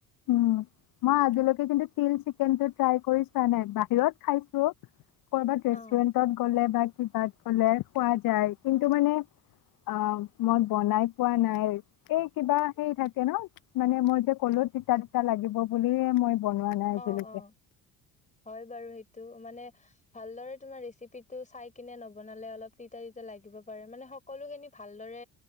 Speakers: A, on the left; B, on the left.
A: উ। মই আজিলৈকে কিন্তু তিল চিকেনটো ট্ৰাই কৰি চোৱা নাই, বাহিৰত খাইছো। ক'বাত ৰেষ্টুৰেণ্টত
B: অ
A: গ'লে বা কিবাত কলে খোৱা যায়, কিন্তু মানে অ মই বনাই খোৱা নাই এই কিবা হে থাকে ন মানে মই যে কলো তিতা-তিতা লাগিব বুলিুলে মই বনোৱা নাই আজিলৈকে
B: অ-অ হয় বাৰু সেইটো টো মানে ভালদৰে তোমাৰ ৰেচিপিটো চাই কিনে নবনালে অলপ তিতা-তিতা লাগিব পাৰে, মানে সকলো খিনি ভালদৰে